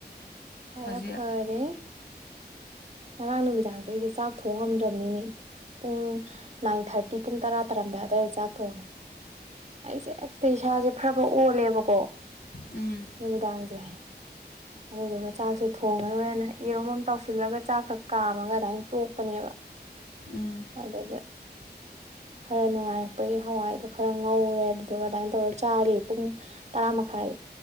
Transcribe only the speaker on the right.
ꯈꯔ
ꯐꯔꯦ ꯉꯔꯥꯡ ꯅꯨꯃꯤꯗꯥꯡꯁꯦ ꯑꯩꯗꯤ ꯆꯥꯛ ꯊꯣꯡ ꯉꯝꯗ꯭ꯔꯕꯅꯤꯅꯦ ꯄꯨꯡ ꯅꯥꯏꯟ ꯊꯥꯔꯇꯤ ꯄꯨꯡ ꯇꯔꯥ ꯇꯥꯔꯝꯗꯥꯏ ꯋꯥꯏꯗ ꯆꯥꯛ ꯊꯣꯡꯉꯦ ꯑꯩꯁꯦ ꯍꯦꯛꯇ ꯏꯁꯥꯁꯦ ꯐꯔ ꯐꯔ ꯑꯣꯜꯂꯦꯕꯀꯣ
ꯅꯨꯃꯤꯗꯥꯡꯁꯦ ꯑꯗꯨꯗꯨꯒ ꯆꯥꯛꯁꯦ ꯊꯣꯡꯉꯔꯣꯏꯦꯅ ꯌꯦꯔꯣꯝ ꯑꯃ ꯇꯧꯁꯤ ꯊꯣꯜꯂꯒ ꯆꯥꯛꯈꯛ ꯀꯥꯝꯃꯒ ꯑꯗꯨꯃꯥꯏꯅ ꯇꯣꯛꯄꯅꯦꯕ
ꯑꯗꯨꯗ ꯈꯔ ꯅꯨꯡꯉꯥꯏꯔꯛꯄꯒꯤ ꯍꯋꯥꯏꯗꯣ ꯈꯔ ꯉꯧꯔꯦ ꯑꯗꯨꯗꯨꯒ ꯑꯗꯨꯃꯥꯏꯅ ꯇꯧꯔꯦ ꯆꯥꯔꯤ ꯄꯨꯡ ꯇꯔꯥ ꯃꯈꯥꯏ